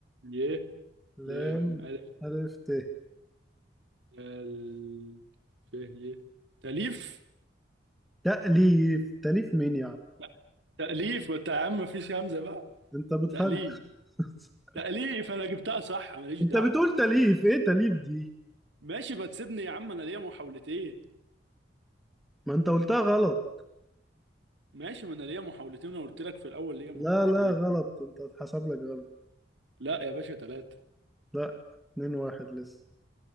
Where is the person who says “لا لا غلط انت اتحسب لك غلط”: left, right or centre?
Centre